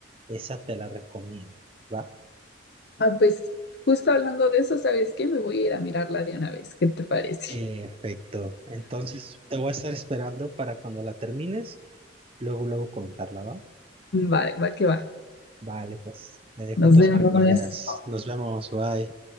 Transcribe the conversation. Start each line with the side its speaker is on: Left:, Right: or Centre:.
Right: Esa te la recomiendo, ¿va?
Left: Ah, pues justo hablando de eso, ¿sabes qué? Me voy a ir a mirarla de una vez. ¿Qué te parece?
Right: Perfecto. Entonces, te voy a estar esperando para cuando la termines, luego, luego comentarla, ¿va?
Left: Va, va que va.
Right: Vale, pues, te dejo
Left: Nos
Right: entonces
Left: vemos.
Right: para que la veas. Nos vemos, bye.